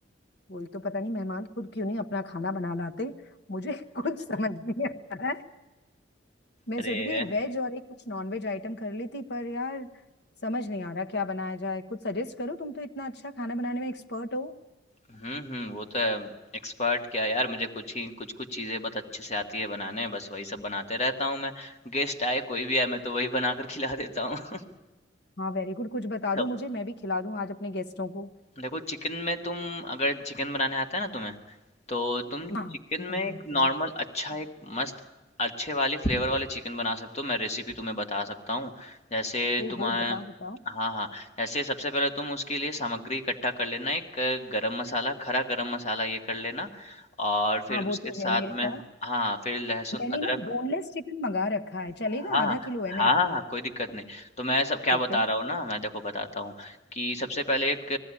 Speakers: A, on the left; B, on the left.
A: वही तो पता नहीं मेहमान खुद क्यों नहीं अपना खाना बना लाते मुझे <laughs> कुछ समझ नहीं आ रहा है मैं
B: अरे
A: सोच रही थी एक वेज और एक कुछ नॉन वेज आइटम कर ली थी पर यार समझ नहीं आ रहा क्या बनाया जाए कुछ सजेस्ट करो तुम तो इतना अच्छा खाना बनाने में एक्सपर्ट हो
B: हम्म हम्म वो तो है एक्सपर्ट क्या यार मुझे कुछ ही कुछ कुछ चीजें बहुत अच्छे से आती है बनाने बस वही सब बनाते रहता हूँ मैं गेस्ट आए कोई भी आए मैं तो वही बनाकर खिला देता हूँ
A: हाँ वेरी गुड कुछ बता
B: <laughs>
A: दो मुझे मैं भी खिला दूं आज अपने गेस्टों को
B: देखो चिकन में तुम अगर चिकन बनाने आता है ना तुम्हें तो तुम
A: हाँ
B: चिकन
A: बना
B: में एक
A: लेते हो
B: नॉर्मल अच्छा एक मस्त अच्छे वाले फ्लेवर वाले चिकन बना सकते हो मैं रेसिपी तुम्हें बता सकता हूँ जैसे
A: ओहो
B: तुम्हें
A: बताओ बताओ
B: हाँ हाँ जैसे सबसे पहले तुम उसके लिए सामग्री इकट्ठा कर लेना एक अ, गरम मसाला खरा गरम मसाला ये कर लेना और फिर
A: हाँ वो
B: उसके
A: तो है
B: साथ
A: मेरे
B: में
A: पास
B: हाँ फिर लहसुन
A: मैंने
B: अदरक
A: ना बोनलेस चिकन मंगा रखा है चलेगा
B: हाँ,
A: आधा किलो है
B: हाँ,
A: मेरे पास
B: हाँ, कोई दिक्कत नहीं। तो मैं सब क्या
A: ठीक
B: बता
A: है
B: रहा हूँ ना, मैं देखो बताता हूँ कि सबसे पहले एक